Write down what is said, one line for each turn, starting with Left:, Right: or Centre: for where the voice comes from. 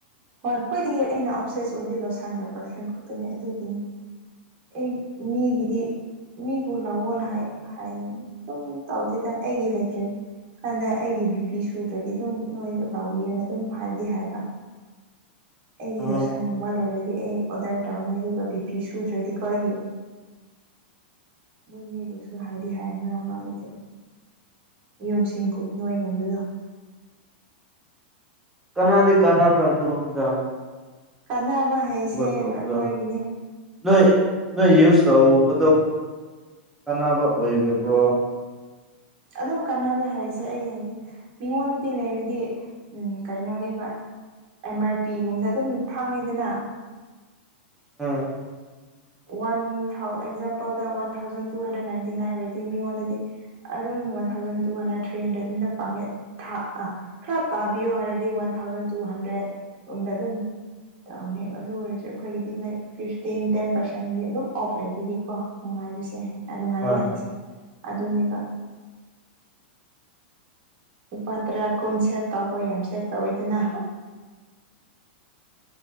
Right: ꯍꯣꯏ ꯈꯋ꯭ꯥꯏꯗꯒꯤ ꯑꯩꯅ ꯑꯣꯞꯁꯦꯁ ꯑꯣꯏꯕꯗꯤ ꯂꯣꯁꯥꯟꯒ ꯄꯥꯔꯐ꯭ꯌꯨꯝ ꯈꯛꯇꯅꯦ ꯑꯗꯨꯒꯤꯅꯤ ꯑꯩ ꯃꯤꯒꯤꯗꯤ ꯃꯤ ꯄꯨꯂꯥꯛꯑꯣꯅ ꯍꯥꯏ ꯍꯥꯏꯌꯦ ꯑꯗꯨꯝ ꯇꯧꯗꯦꯗ ꯑꯩꯒꯤ ꯂꯩꯇ꯭ꯔꯗꯤ ꯀꯥꯟꯗ ꯑꯩꯒꯤ ꯕꯤꯄꯤ ꯁꯨꯗ꯭ꯔꯗꯤ ꯑꯗꯨꯝ ꯅꯣꯏ ꯂꯥꯎꯕꯤꯌꯦꯅ ꯑꯗꯨꯝ ꯍꯥꯏꯗꯤ ꯍꯥꯏꯕ
Centre: <inaudible>
Right: ꯑꯩꯒꯤ
Centre: ꯑꯗꯨ
Right: ꯂꯣꯁꯟꯒꯨꯝꯕ ꯂꯣꯏꯔꯗꯤ ꯑꯩ ꯑꯣꯗꯔ ꯇꯧꯅꯤ ꯑꯗꯨꯒ ꯕꯤꯄꯤ ꯁꯨꯗ꯭ꯔꯗꯤꯀꯣ ꯑꯩꯒꯤ ꯑꯗꯨꯝ ꯃꯤꯕꯨꯁꯨ ꯍꯥꯏꯗꯤ ꯍꯥꯏꯅꯔꯝꯃꯒꯗꯤ ꯌꯨꯝꯁꯤꯡꯀꯨ ꯅꯣꯏꯒꯨꯝꯕꯗꯣ
Centre: ꯀꯅꯥꯗꯤ ꯀꯥꯟꯅꯕ꯭ꯔꯥ ꯑꯗꯨꯒꯨꯝꯗꯣ
Right: ꯀꯥꯟꯅꯕ ꯍꯩꯁꯦ
Centre: ꯇꯧꯕꯗꯣ
Right: ꯑꯩꯈꯣꯏꯒꯤꯅꯦ
Centre: ꯅꯣꯏ ꯅꯣꯏ ꯌꯨꯁ ꯇꯧꯕꯗꯣ ꯀꯅꯕ ꯑꯣꯏꯗꯕ꯭ꯔꯣ
Right: ꯑꯗꯨꯝ ꯀꯥꯟꯅꯕ ꯍꯥꯏꯔꯤꯁꯦ ꯑꯩ ꯍꯥꯏꯒꯦ ꯃꯤꯉꯣꯟꯗꯗꯤ ꯂꯩꯔꯗꯤ ꯎꯝ ꯀꯩꯅꯣꯅꯦꯕ ꯑꯦꯝ ꯑꯥꯔ ꯄꯤ ꯒꯨꯝꯕꯗ ꯑꯗꯨꯝ ꯐꯥꯡꯉꯤꯗꯅ
Centre: ꯑꯝ
Right: ꯋꯥꯟ ꯊꯥꯎ ꯑꯦꯛꯖꯥꯝꯄꯜꯗ one thousand two hundred ninety nine ꯑꯣꯏꯔꯗꯤ ꯃꯤꯉꯣꯟꯗꯗꯤ ꯑꯗꯨꯝ one thousand two hundred three hundred ꯑꯗꯨꯝꯗ ꯄꯥꯡꯉꯦ ꯊꯥ ꯈꯔ ꯇꯥꯕꯤꯌꯣ ꯍꯥꯏꯔꯗꯤ ꯋꯥꯟ ꯊꯥꯎꯖꯟ ꯇꯨ ꯍꯟꯗ꯭ꯔꯦꯗ ꯔꯣꯝꯗ ꯑꯗꯨꯝ ꯇꯧꯅꯦꯕ ꯑꯗꯨ ꯑꯣꯏꯔꯁꯨ ꯑꯩꯈꯣꯏꯒꯤꯗꯤ ꯂꯥꯏꯛ ꯐꯤꯐꯇꯤꯟ ꯇꯦꯟ ꯄꯔꯁꯦꯟ <inaudible> ꯁꯪꯗꯤ ꯑꯗꯨꯝ ꯑꯣꯐ ꯂꯩꯕꯒꯤꯀꯣ ꯅꯨꯡꯉꯥꯏꯕꯁꯦ ꯅꯨꯡꯉꯥꯏꯕ
Centre: ꯍꯣꯏ
Right: ꯍꯥꯏꯁꯦ ꯑꯗꯨꯅꯦꯕ ꯂꯨꯄꯥ ꯇꯔꯥ ꯀꯨꯟ ꯁꯦꯞ ꯇꯧꯕꯥ ꯌꯥꯝ ꯁꯦꯞ ꯇꯧꯋꯦꯗꯅ